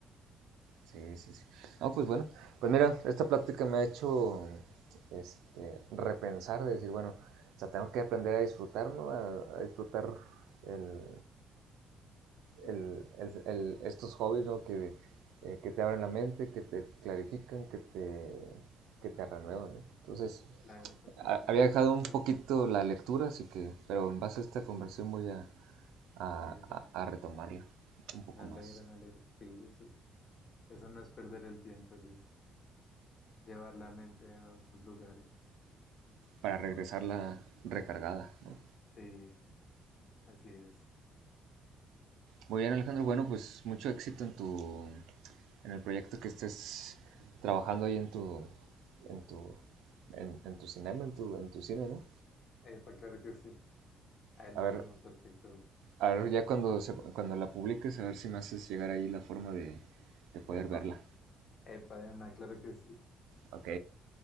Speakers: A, on the right; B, on the left.
A: Sí, sí, sí. No, pues bueno, pues mira, esta plática me ha hecho este, repensar, de decir, bueno, o sea, tengo que aprender a disfrutar, ¿no? A, a disfrutar el, el- el- el- estos hobbies, ¿no? Que, eh, que te abren la mente, que te clarifican, que te, que te renuevan, ¿no? Entonces,
B: Claro, porque
A: a-
B: si no,
A: había dejado un
B: no,
A: poquito la lectura, así que, pero en base a esta conversación voy a, a,
B: epa,
A: a- a retomarla un poco
B: me alegra,
A: más,
B: me alegra. Sí, eso es, eso no es perder el tiempo, eso es llevar la mente a otros lugares.
A: para regresarla recargada, ¿no?
B: Sí, así es.
A: Muy bien, Alejandro. Bueno, pues mucho éxito en tu, en el proyecto que estés trabajando ahí en tu, en tu, en, en tu cinema, en tu, en tu cine, ¿no?
B: Epa, claro que sí. Ahí nos
A: A ver,
B: vemos cualquier cosa.
A: a ver ya cuando se, cuando la publiques, a ver si me haces llegar ahí la forma de, de poder
B: Epa,
A: verla.
B: epa, Diana, claro que sí.
A: Ok,